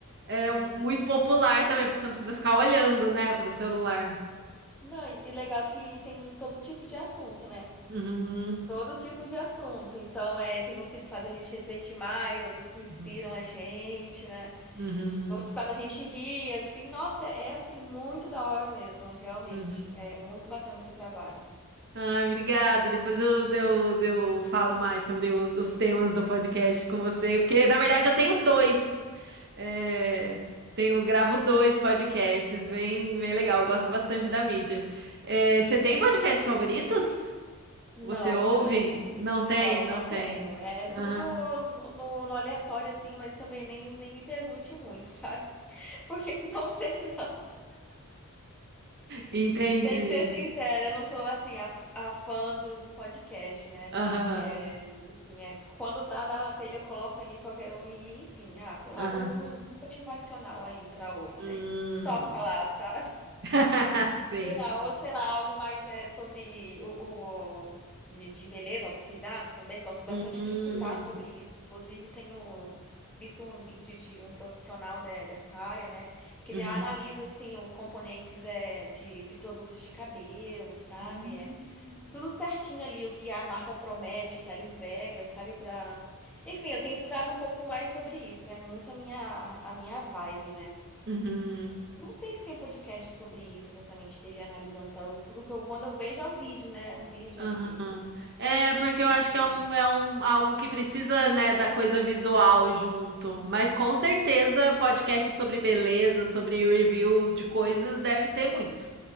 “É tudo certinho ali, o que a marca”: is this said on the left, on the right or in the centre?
Centre